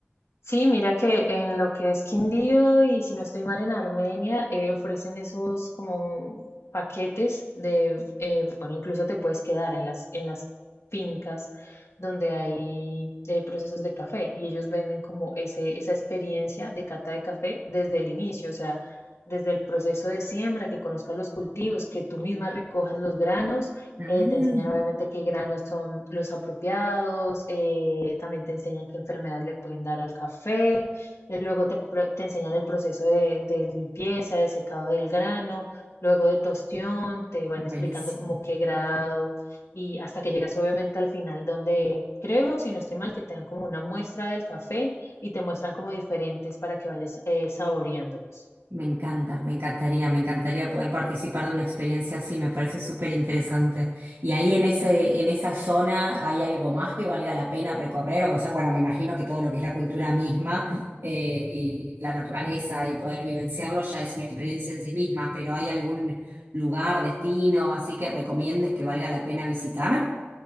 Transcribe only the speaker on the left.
Sí, mira que en lo que es Quindío y si no estoy mal en Armenia, eh, ofrecen esos como paquetes de, eh, bueno, incluso te puedes quedar en las, en las fincas donde hay eh, procesos de café y ellos venden como ese, esa experiencia de cata de café desde el inicio, o sea, desde el proceso de siembra, que conozcas los cultivos, que tú misma recojas los granos
eh, te enseñan obviamente qué granos son los apropiados, eh, también te enseñan qué enfermedades le pueden dar al café, eh, luego te, pro- te enseñan el proceso de, de limpieza, de secado del grano, luego de tostión, te van
explicando como qué grado y hasta que llegas obviamente al final donde creo, si no estoy mal, que te dan como una muestra del café y te muestran como diferentes para que vayas eh, saboreándolos.